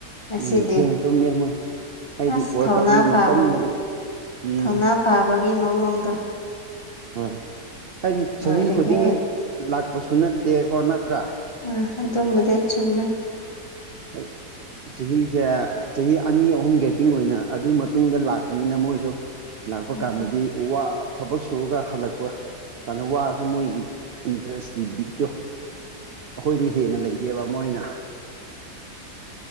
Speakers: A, on the left; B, on the right.
A: ꯉꯁꯤꯗꯤ
B: ꯎꯝ ꯊ ꯇꯣꯏ ꯍꯥꯏꯗꯤ
A: ꯑꯁ
B: ꯋꯥꯔꯜ
A: ꯊꯧꯅꯥ
B: ꯀꯞꯀꯤ
A: ꯐꯕ
B: ꯃꯇꯝꯗꯗꯤ ꯎꯝ
A: ꯊꯧꯅꯥ ꯐꯕꯒꯤ ꯃꯑꯣꯡꯗꯣ
B: ꯍꯣꯏ ꯍꯥꯏꯗꯤ
A: ꯂꯣꯏꯔꯦꯍꯦ
B: ꯆꯍꯤ ꯈꯨꯗꯤꯡ ꯂꯥꯛꯄꯁꯨ ꯅꯠꯇꯦꯀꯣ ꯅꯠꯇ꯭ꯔꯥ
A: ꯑ ꯑꯗꯨꯝꯕꯗꯤ ꯆꯨꯝꯃꯦ
B: ꯍꯥꯏ ꯆꯍꯤꯁꯦ ꯆꯍꯤ ꯑꯅꯤ ꯑꯍꯨꯝ ꯒꯦꯄꯤꯡ ꯑꯣꯏꯅ ꯑꯗꯨ ꯃꯇꯨꯡꯗ ꯂꯥꯛꯄꯅꯤꯅ ꯃꯣꯏꯁꯨ ꯂꯥꯛꯄ
A: ꯎꯝ
B: ꯀꯥꯟꯗꯗꯤ ꯎ ꯋꯥ ꯊꯕꯛ ꯁꯨꯔꯒ ꯍꯜꯂꯛꯄ ꯀꯩꯅꯣ ꯋꯥꯔꯁꯨ ꯃꯣꯏꯒꯤ ꯏꯟꯇꯔꯦꯁꯀꯤ ꯕꯤꯠꯇꯣ ꯑꯩꯈꯣꯏꯗꯤ ꯍꯦꯟꯅ ꯂꯩꯒꯦꯕ ꯃꯣꯏꯅ